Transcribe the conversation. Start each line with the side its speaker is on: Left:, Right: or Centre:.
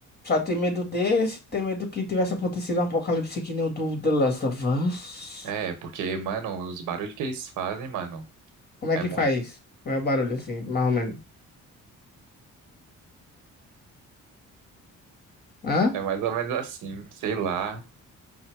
Left: só tem medo desse, tem medo que tivesse acontecido um apocalipse que nem o do The Last of Us.
Right: É, porque, mano, os barulhos que eles fazem, mano,
Left: Como é
Right: é
Left: que
Right: muito,
Left: faz? Qual é o barulho assim, mais ou menos? Hã?
Right: é mais ou menos assim, sei lá.